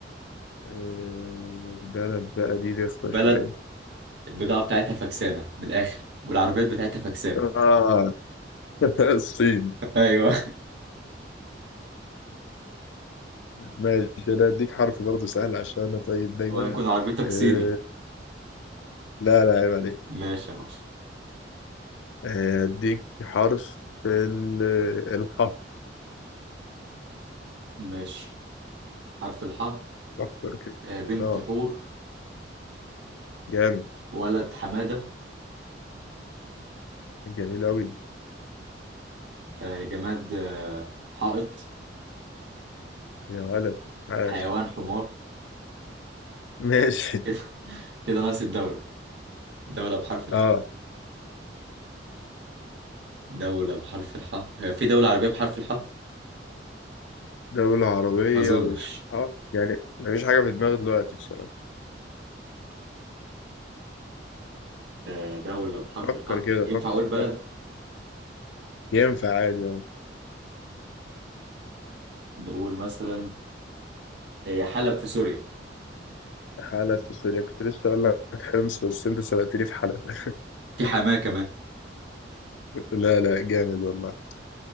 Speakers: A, on the left; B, on the right.
A: آه، البلد بقى دي رخمة
B: بلد
A: شوية
B: البضاعة بتاعتها فكسانة من الآخر والعربيات بتاعتها فكسانة
A: آه <laughs> الصين
B: ايوه
A: ماشي انا اديك حرف برضه سهل عشان انا طيب دايما
B: وهيكون عربيتك
A: آه
B: صيني
A: لا لا عيب عليك
B: ماشي يا معلم
A: آه، اديك حرف ال- الحاء
B: ماشي حرف الحاء
A: فكر كده
B: آه، بنت
A: اه
B: حور
A: جامد
B: ولد حمادة
A: جميل اوي
B: آه، جماد آه، حائط
A: يا ولد عاش
B: حيوان حمار
A: ماشي
B: كده <laughs> كده ناقص الدولة دولة بحرف الحاء
A: اه
B: دولة بحرف الحاء هي في دولة عربية بحرف الحاء؟
A: دولة عربية
B: ما أظنش
A: بالحاء يعني مفيش حاجة في دماغي دلوقتي بصراحة
B: آه، دولة بحرف
A: فكر
B: الحاء
A: كده
B: ينفع
A: فكر
B: أقول بلد
A: فكر ينفع عادي اه
B: نقول مثلا هي حلب في سوريا
A: حلب في سوريا كنت لسه اقول لك حمص بس انت سبقتني في حلب <laughs>
B: في حماة كمان
A: لا لا جامد والله